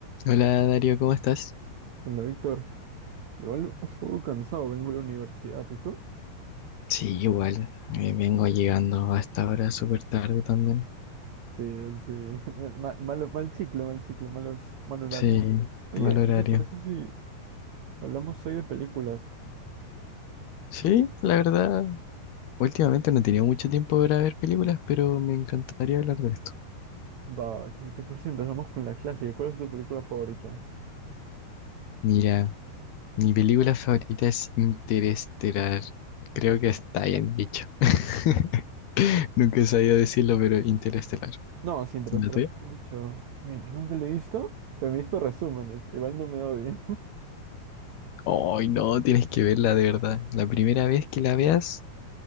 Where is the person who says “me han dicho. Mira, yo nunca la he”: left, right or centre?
Right